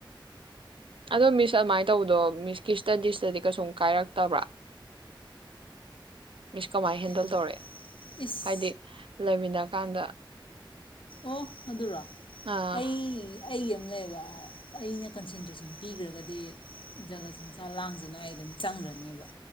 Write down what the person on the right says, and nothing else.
ꯑꯗꯣ ꯃꯤꯁ ꯑꯗꯨꯃꯥꯏꯅ ꯇꯧꯕꯗꯣ ꯃꯤꯁꯀꯤ ꯏꯁꯇꯗꯤꯁꯇꯗꯤ ꯀꯩꯁꯨꯝ ꯀꯥꯏꯔꯛꯇꯕ꯭ꯔꯥ ꯃꯤꯁ ꯀꯃꯥꯏꯅ ꯍꯦꯟꯗꯜ
ꯇꯧꯔꯛꯑꯦ
ꯍꯥꯏꯗꯤ ꯂꯩꯃꯤꯅꯥ ꯀꯥꯟꯗ
ꯑꯥ